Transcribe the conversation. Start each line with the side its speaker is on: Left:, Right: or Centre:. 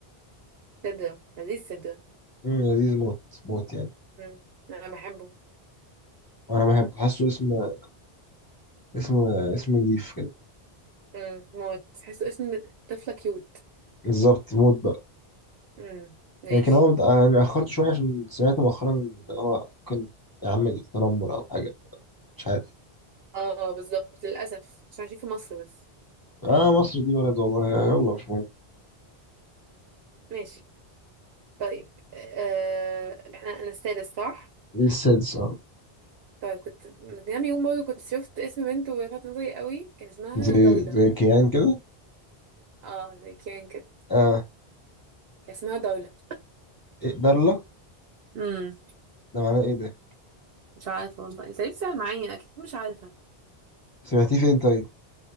Right: صدرة لذيذ صدرة
Left: مم، لذيذ موت موت يعني
Right: امم انا بحبه
Left: وانا بحب حاسه اسم اسم اسم نضيف كده
Right: امم موت تحسه اسم طفلة كيوت
Left: بالظبط موت بقى
Right: امم ماشي
Left: لكن هو بت... انا اخرت شويه عشان سمعت مؤخرا ان هو ممكن يعمل تنمر او حاجه مش عارف
Right: اه بالظبط للأسف عشان عايشين في مصر بس
Left: اه مصر دي بلد والله آه، يلا مش مهم
Right: ماشي طيب آه احنا انا السادس صح؟
Left: دي السادس اه
Right: طيب كنت من كام يوم برضه كنت شفت اسم بنت ولفت نظري قوي كان اسمها
Left: زي
Right: دولة
Left: زي كيان كده
Right: اه زي كان كده
Left: اه
Right: كان اسمها دولة
Left: إيه دارلا
Right: امم
Left: ده معناه ايه ده
Right: مش عارفه والله انت ليه بتسال معايا اكيد مش عارفه
Left: سمعتيه فين طيب